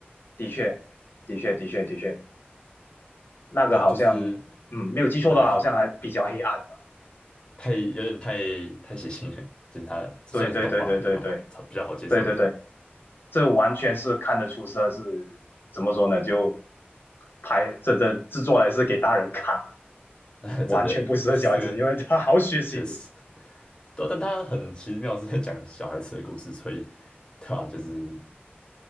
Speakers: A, on the left; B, on the left.
A: 的确，的确，的确，的确，那个好像嗯，
B: 对啊，就是
A: 没有记错的话，
B: 很
A: 好像还比较黑暗吧。
B: 太有点太太血腥了，<laughs> 就是它虽然是动画比较好，
A: 对对对对对对。
B: 比较好接受一点。
A: 对对对，这完全是看得出是是怎么说呢？就拍这这制作来是给大人看的，
B: <laughs>
A: 完全不适合小孩子，
B: 真的，这这个
A: 因为他好血腥的。
B: 确实，对啊但他很奇妙是在讲小孩子的故事，所以对啊，就是